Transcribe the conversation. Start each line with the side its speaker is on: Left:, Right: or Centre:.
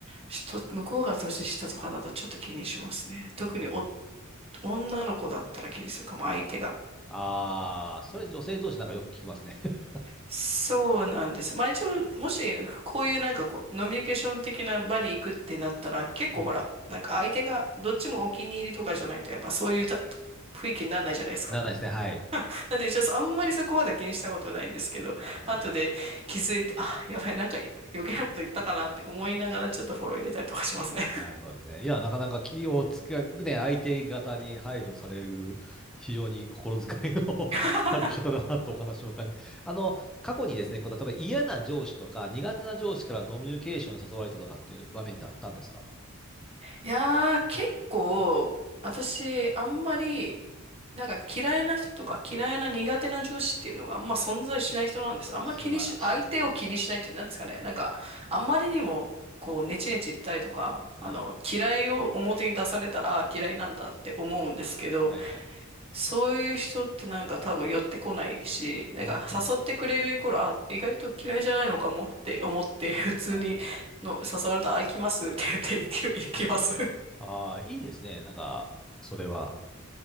Right: しと向こうが年下とかだとちょっと気にしますね。特にお
Centre: あー
Right: 女の子だったら気にするかも、相手が。
Centre: ああ、それ女性同士なんかよく聞きますね。<laughs>
Right: そうなんです。まあ一応、もし、こういうなんかこう、ノミニケーション的な場に行くってなったら、結構ほら、
Centre: うん。
Right: なんか相手がどっちもお気に入りとかじゃないと、やっぱそういうた雰囲気にならないじゃないですか。
Centre: ならないですね。はい。
Right: <laughs> なんで一応、あんまりそこまで気にしたことないんですけど、
Centre: あー
Right: 後で気づいて、あ、やばい、なんか余計なこと言ったかなって思いながら、ちょっとフォロー入れたりとかしますね。
Centre: なるほどですね。いや、なかなか気をつけ、ね、相手方に配慮される、非常に心遣いの
Right: <laughs>
Centre: <laughs> ある方だなとお話を伺いますあの、過去にですね、こう、例えば嫌な上司とか苦手な上司からノミュニケーションに誘われたとかっていう場面ってあったんですか
Right: いやー、結構、私、あんまり、なんか嫌いな人とか嫌いな苦手な上司っていうのがあんま存在しない人なんです。
Centre: あー、
Right: あんま気にし、
Centre: 素晴らしい。
Right: 相手を気にしないっていうんですかね。なんか、あんまりにも、こう、ネチネチ言ったりとか、
Centre: うん。
Right: あの、嫌いを表に出されたら、あー嫌いなんだって思うんですけど、
Centre: はいはい。
Right: そういう人ってなんか多分寄ってこないし、なんか誘ってくれるイコール、
Centre: おー
Right: あ、意外と嫌いじゃないのかもって思って、普通にの誘われたら、
Centre: はいはい。
Right: あ、行きますって言って行き行きます。
Centre: ああ、いいですね。なんか、それは。